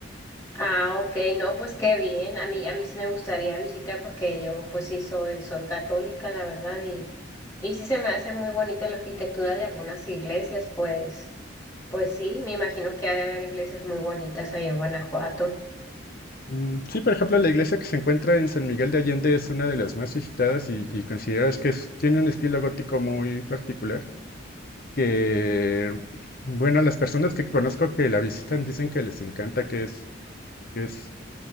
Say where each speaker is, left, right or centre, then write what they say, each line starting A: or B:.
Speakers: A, on the left; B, on the left.
A: Ah, ok, no, pues qué bien. A mí, a mí sí me gustaría visitar porque yo, pues sí, soy, soy católica, la verdad, y, y sí se me hace muy bonita la arquitectura de algunas iglesias, pues. Pues sí, me imagino que ha de haber iglesias muy bonitas ahí en Guanajuato.
B: Mm, sí, por ejemplo, la iglesia que se encuentra en San Miguel de Allende es una de las más visitadas y, y consideras que es- tiene un estilo gótico muy particular. Que, bueno, las personas que conozco que la visitan dicen que les encanta, que es, que es,